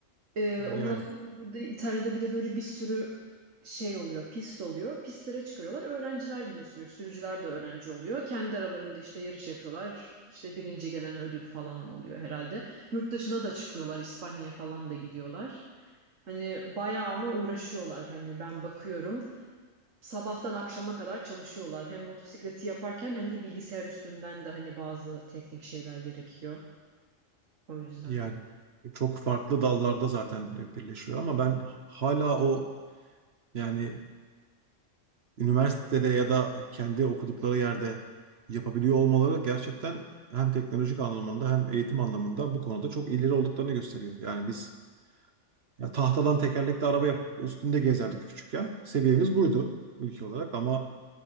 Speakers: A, on the right; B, on the right.
A: Ee,
B: Yani
A: ondan sonra burada İtalya'da bir de böyle bir sürü şey oluyor, pist oluyor. Pistlere çıkarıyorlar. Öğrenciler yine sürüyor. Sürücüler de öğrenci oluyor. Kendi aralarında işte yarış yapıyorlar. İşte birinci gelen ödül falan oluyor herhalde. Yurt dışına da çıkıyorlar. İspanya'ya falan da gidiyorlar. Hani bayağı ama uğraşıyorlar. Hani ben bakıyorum. Sabahtan akşama kadar çalışıyorlar. Hem motosikleti yaparken hem de bilgisayar üstünden de hani bazı teknik şeyler gerekiyor. O yüzden.
B: Yani çok farklı dallarda zaten birleşiyor ama ben hala o yani üniversitede ya da kendi okudukları yerde yapabiliyor olmaları gerçekten hem teknolojik anlamında hem eğitim anlamında bu konuda çok ileri olduklarını gösteriyor. Yani biz ya tahtadan tekerlekli araba yapıp üstünde gezerdik küçükken. Seviyemiz buydu ülke olarak ama